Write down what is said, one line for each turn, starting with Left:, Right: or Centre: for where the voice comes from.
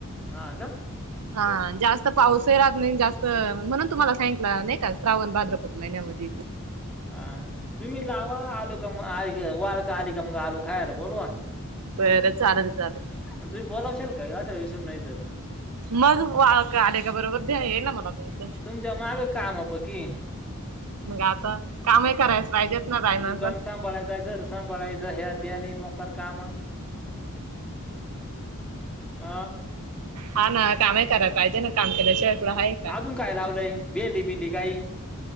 Centre: हा का?
Right: हा जास्त पाऊस राहत नाही जास्त म्हणून तुम्हाला सांगितलं नाही का? श्रावण भाद्रपद महिन्यामधी.
Centre: हा तुम्ही लावा आलूका म आ वाळका आली का मग आलू खायला बोलवा.
Right: बरं चालेल चालेल
Centre: पण तुम्ही बोलावशाल का? जासाला विसरून नाही तर.
Right: मग, वाळक आले का बरोबर द्यान येई ना मला तुम्ही.
Centre: तुमच्या माग काम पकी.
Right: मग आता, कामही करायचं पाहिजेत ना बाय मा
Centre: दुकान सांभाळायच, घर साबळायचं, ह्या ते आणि मोकर काम. अ.
Right: हा ना काम कराय पाहिजे ना काम केल्याशिवायढं हा
Centre: अजून काय लावलंय भेंडी बिंडी काही